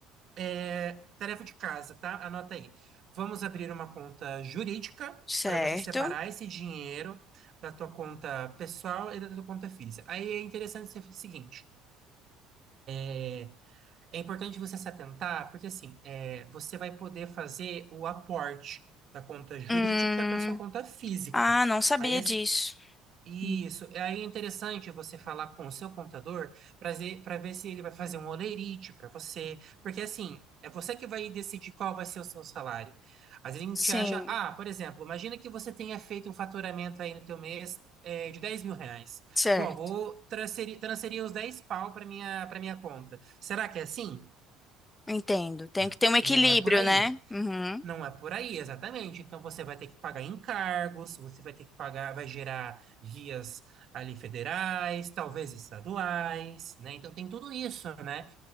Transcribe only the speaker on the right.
é, tarefa de casa, tá? Anota aí. Vamos abrir uma conta jurídica
para você separar esse dinheiro da tua conta pessoal e da tua conta física. Aí é interessante ser o seguinte. é, é importante você se atentar, porque assim, é, você vai poder fazer o aporte da conta jurídica
para sua conta física.
Aí, assim,
isso.
Aí é interessante você falar com o seu contador para ver, para ver se ele vai fazer um holerite para você. Porque assim, é você que vai decidir qual vai ser o seu salário. Às vezes a gente
acha, ah, por exemplo, imagina que você tenha feito um faturamento aí no teu mês. é, de dez mil reais.
Bom, vou transferir, transferir os 10 pau para minha, para minha conta. Será que é assim?
Não,
não é por aí.
Não é por aí, exatamente. Então você vai ter que pagar encargos, você vai ter que pagar, vai gerar guias ali federais, talvez estaduais, né? Então tem tudo isso, né?